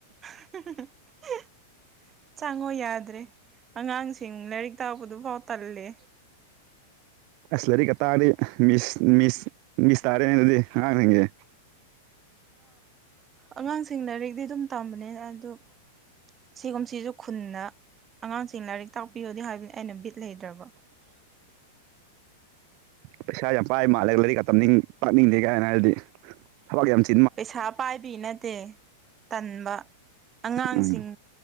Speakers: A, on the right; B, on the right.
A: <unintelligible> ꯆꯪꯉꯣ ꯌꯥꯗ꯭ꯔꯦ ꯑꯉꯥꯡꯁꯤꯡ ꯂꯥꯏꯔꯤꯛ ꯇꯥꯛꯄꯗꯨꯐꯥꯎ ꯇꯜꯂꯦ
B: ꯑꯁ ꯂꯥꯏꯔꯤꯛ ꯀꯥ ꯇꯥꯛ ꯑꯗꯤ ꯃꯤꯁ ꯃꯤꯁ ꯇꯥꯔꯦꯅꯦ ꯑꯗꯨꯗꯤ ꯑꯉꯥꯡ ꯁꯤꯡꯒꯤ
A: ꯑꯉꯥꯡꯁꯤꯡ ꯂꯥꯏꯔꯤꯛꯇꯤ ꯑꯗꯨꯝ ꯇꯝꯕꯅꯦ ꯑꯗꯨ ꯁꯤꯒꯨꯝ ꯁꯤꯁꯨ ꯈꯨꯟꯗ ꯑꯉꯥꯡꯁꯤꯡ ꯂꯥꯏꯔꯤꯛ ꯇꯥꯛꯄꯤꯌꯣꯗꯤ ꯍꯥꯏꯕꯅꯤ ꯑꯩꯅ ꯕꯤꯠ ꯂꯩꯇ꯭ꯔꯕ <unintelligible>
B: ꯄꯩꯁꯥ ꯌꯥꯝ ꯄꯥꯏ ꯃꯥꯜꯂꯦ ꯂꯥꯏꯔꯤꯛꯀ ꯇꯝꯅꯤꯡ ꯇꯥꯛꯅꯤꯡꯗꯦ ꯀꯥꯏꯅ ꯍꯥꯏꯔꯗꯤ ꯊꯕꯛ ꯌꯥꯝ ꯆꯠ
A: ꯄꯩꯁꯥ ꯄꯥꯏꯕꯤ ꯅꯠꯇꯦ ꯇꯟꯕ ꯑꯉꯥꯡꯁꯤꯡ
B: ꯎꯝ